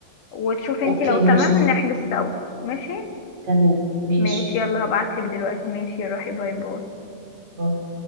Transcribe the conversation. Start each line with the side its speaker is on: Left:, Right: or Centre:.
Left: وتشوفي
Right: اوكي
Left: انتي لو
Right: ماشي
Left: تمام نحجز سوا ماشي
Right: تمام ماشي
Left: ماشي يلا هبعتلك دلوقتي ماشي روحي باي باي
Right: باي.